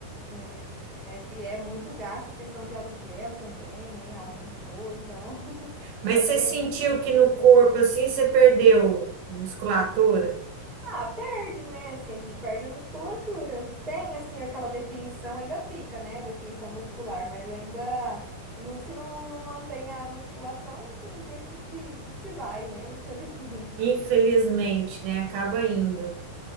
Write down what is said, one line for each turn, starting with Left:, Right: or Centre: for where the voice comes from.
Centre: É, é- e é muito gasto, e questão de aluguel também, né? Aumentou, então <laughs>
Right: Mas
Centre: é
Right: você
Centre: meio
Right: sentiu
Centre: difícil.
Right: que no corpo assim você perdeu musculatura?
Centre: Ah, perde, né? Assim, a gente perde a musculatura. Tem, assim, aquela definição ainda fica, né? A Definição muscular, mas ainda não, se não, não mantém a musculação, meio que se, tudo se vai, né? Infelizmente.
Right: Infelizmente, né? Acaba indo.